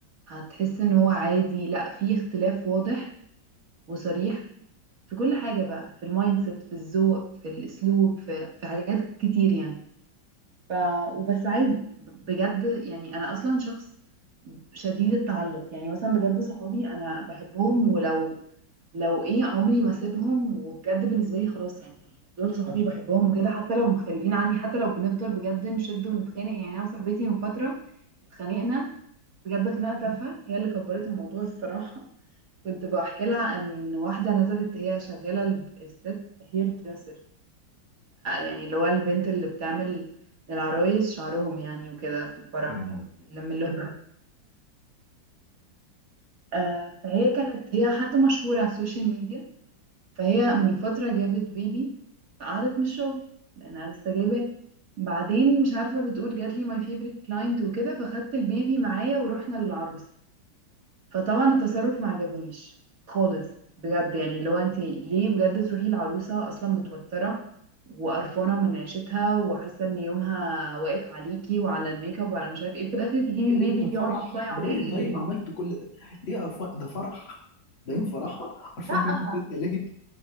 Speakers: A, on the right; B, on the left.
A: هتحس ان هو عادي لا في اختلاف واضح وصريح في كل حاجه بقى في المايند سيت في الذوق في الاسلوب في في حاجات كتير يعني ف... وبس عادي ب- بجد يعني انا اصلا شخص شديد التعلق يعني مثلا بجد صحابي انا بحبهم ولو لو ايه عمري ما اسيبهم وبجد بالنسبه لي خلاص يعني دول صحابي بحبهم وكده حتى لو مختلفين عني حتى لو بنفضل بجد نشد ونتخانق يعني انا وصاحبتي من فتره اتخانقنا بجد خناقه تافهه هي اللي كبرت الموضوع الصراحه <laughs> كنت بحكي لها ان واحده نزلت هي شغاله الب- الست هير دريسر يعني اللي هو البنت اللي بتعمل للعرايس شعرهم يعني وكده في الفرح
B: تمام
A: لما اللي هو آه فهي كانت هي حد مشهور على السوشيال ميديا فهي من فترة جابت بيبي فقعدت من الشغل لأنها لسه جايباه بعدين مش عارفة بتقول جات لي ماي فيفرت كلاينت وكده فخدت البيبي معايا ورحنا للعروسة فطبعا التصرف ما عجبنيش خالص بجد يعني لو انت ليه بجد تروحي العروسة اصلا متوترة وقرفانه من عيشتها وحاسه ان يومها واقف عليكي وعلى الميك اب وعلى مش عارف ايه في الاخر تجيبي
B: ليه
A: بيبي
B: ليه ده
A: يقعد
B: فرح
A: بقى
B: ليه
A: يعيط
B: طيب عملت كل ده ليه قرفان ده فرح ده يوم فرحة قرفانة
A: لا
B: من البيت <laughs> ليه